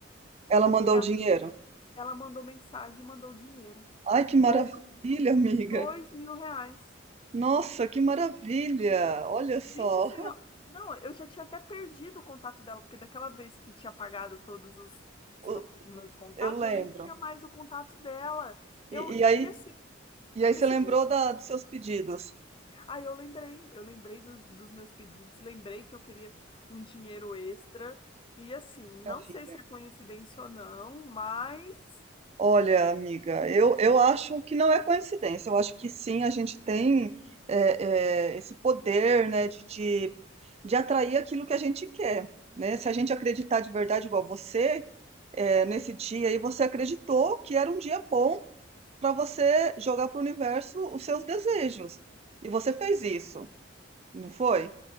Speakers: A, on the right; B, on the left.
A: Ela mandou
B: ela,
A: o dinheiro.
B: ela mandou mensagem, e mandou dinheiro.
A: Ai, que
B: Dois,
A: maravilha, amiga.
B: dois mil reais.
A: Nossa, que maravilha! Olha só.
B: Gente, assim, ó, não, eu já tinha até perdido o contato dela, porque daquela vez que tinha pagado todos os,
A: O-
B: os meu- meus contatos,
A: Eu lembro.
B: eu nem tinha mais o contato dela. Eu,
A: E, e aí,
B: e assim,
A: e aí
B: esse
A: você lembrou da, dos seus pedidos
B: Aí eu lembrei, eu lembrei dos, dos meus pedidos, lembrei que eu queria um dinheiro extra. E assim,
A: para
B: não
A: filha.
B: sei se é coincidência ou não, mas
A: Olha, amiga, eu, eu acho que não é coincidência. Eu acho que sim, a gente tem é, é, esse poder, né, de, de, de atrair aquilo que a gente quer, né? Se a gente acreditar de verdade, igual você, é, nesse dia aí, você acreditou que era um dia bom para você jogar para o universo os seus desejos. E você fez isso, não foi?